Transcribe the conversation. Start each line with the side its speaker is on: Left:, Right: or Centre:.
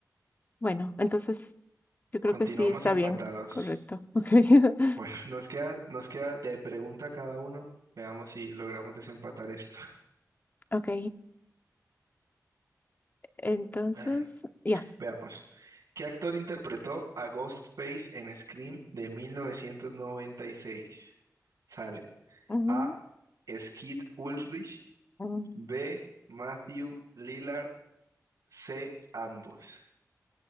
Left: Bueno, entonces yo creo
Right: Continuamos
Left: que sí está
Right: empatados.
Left: bien, correcto.
Right: <laughs>
Left: Ok, <laughs>
Right: Bueno, nos queda, nos queda de pregunta a cada uno. Veamos si logramos desempatar esto. <laughs>
Left: ok. Entonces,
Right: Ah,
Left: ya.
Right: Veamos. ¿Qué actor interpretó a Ghostface en Scream de 1996? Sale
Left: ujú,
Right: A. Skid Ulrich,
Left: mm,
Right: B, Matthew Lillard, C, ambos.